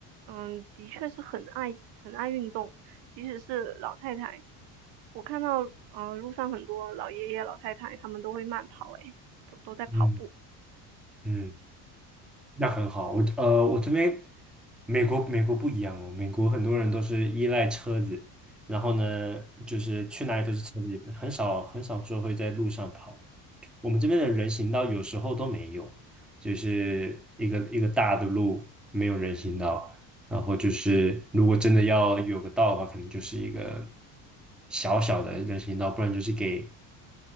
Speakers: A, on the right; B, in the centre.
A: 嗯，的确是很爱很爱运动，即使是老太太，我看到，嗯、路上很多老爷爷、老太太，他们都会慢跑，诶，都都在跑步。
B: 嗯嗯。那很好，我呃，我这边美国美国不一样哦，美国很多人都是依赖车子，然后呢，就是去哪里都是车子，很少很少说会在路上跑。我们这边的人行道有时候都没有，就是一个一个大的路没有人行道，然后就是如果真的要有个道的话，可能就是一个小小的人行道，不然就是给